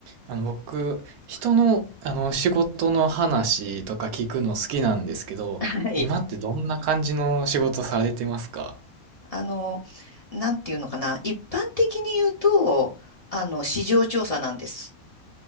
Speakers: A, on the right (about 90°); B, on the left (about 40°).
A: あの僕、人の、あの仕事の話とか聞くの好きなんですけど、
B: はい。
A: 今ってどんな感じの仕事されてますか
B: あの、なんていうのかな。一般的に言うと、あの、市場調査なんです。